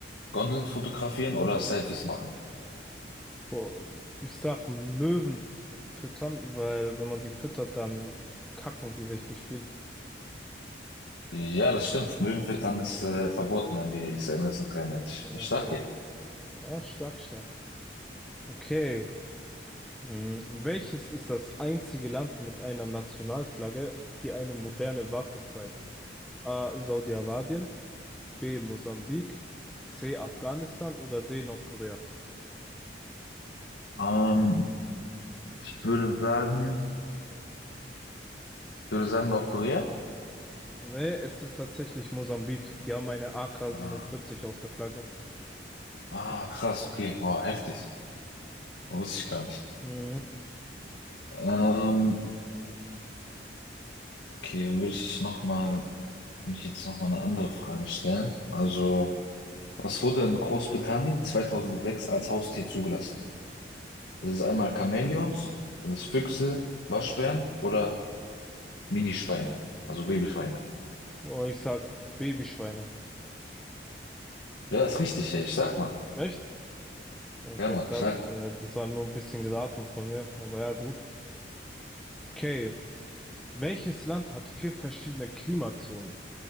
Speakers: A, on the left; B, in the centre.
A: Gondeln fotografieren oder Selfies machen?
B: Boah, ich sag Möwen f- füttern, weil wenn man die füttert, dann kacken die richtig viel.
A: Ja, das stimmt. Möwen füttern ist äh, verboten in Venedig seit 1993.
B: Okay.
A: Stark, ey.
B: Ja, stark, stark. Okay. Hm, Welches ist das einzige Land mit einer Nationalflagge, die eine moderne Waffe zeigt? A. Saudi-Arabien, B. Mosambik, C. Afghanistan oder D. Nordkorea?
A: Ähm, ich würde sagen, ich würde sagen Nordkorea.
B: Nee, es ist tatsächlich Mosambik. Die haben eine AK-47
A: Ah,
B: auf der Flagge.
A: ah, krass, okay, oh, heftig. Wusste ich gar nicht.
B: Mhm.
A: Ähm, okay, dann würde ich noch mal Würde ich jetzt noch mal eine andere Frage stellen. Also, was wurde in Großbritannien 2006 als Haustier zugelassen? Das ist einmal Chamäleons, das ist Füchse, Waschbären oder Minischweine, also Babyschweine.
B: Oh, ich sag Babyschweine.
A: Ja, ist richtig, ey. Ich sag mal.
B: Echt? Okay,
A: Ja, Mann,
B: krass.
A: stark.
B: Äh, Das war nur ein bisschen geraten von mir, aber ja, gut. Okay, welches Land hat vier verschiedene Klimazonen?